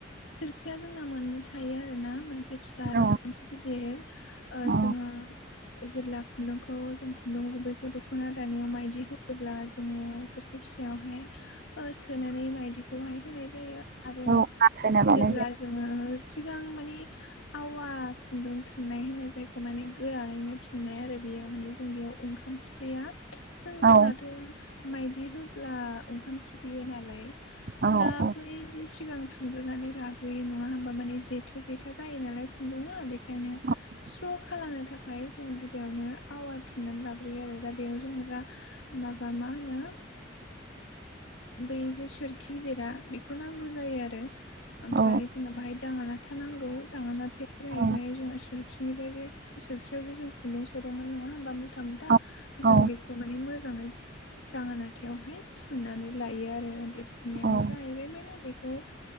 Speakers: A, on the left (about 70°); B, on the right (about 50°).
A: सोरखिया जोंना मोननै थायो आरो ना मोनसे फिसा आरो
B: औ
A: मोनसे गिदिर
B: औ
A: जोङो जेब्ला खुन्दुंखौ जों खुन्दुं गुबैखौ दख'ना दानायाव मायदि होयोब्ला जोङो सोर फिसायावहाय सोनानै माइदिखौहाय होनाय जायो आरो
B: औ आथायना लानाय
A: जेब्ला जोङो सिगां माने आवा खुन्दुं थुननाय होनो जायखौ खौ माने गोरानैनो थुननाय आरो बेयो माने जों बेयाव ओंखाम सिफ्लेया जोंनाथ'
B: जायो औ
A: माइदि होब्ला ओंखाम सिफलियो नालाय
B: औ औ
A: दा बै जि सिगां थुनग्रोनानै लाग्रोयो नङा होमबा माने जेथो जेथा जायो नालाय खुन्दुङा बेखायनो
B: <inaudible>
A: स्र खालामनो थाखाय जों गिबियावनो आवार थुननानै लाग्रोयो आरो दा बेयाव जों दा माबा मा होनो बै जे सोरखि गिदिरा बेखौ नांगौ जायो आरो ओमफ्राय
B: औ
A: जोंना बाहाय दाङा नाथा नांगौ दाङा नाथाया जाहैबाय
B: औ
A: जोंहा सोरखि बिनिफ्राय जे सोरखियाव जे जों खुन्दुं सोदोंमोन नङा होमबा मुथा मुथा
B: औ
A: जों बेखौ माने मोजाङै दाङा हाथायावहाय थुननानै लायो आरो बे थुननायानो
B: औ
A: जाहैबाय माने बेखौ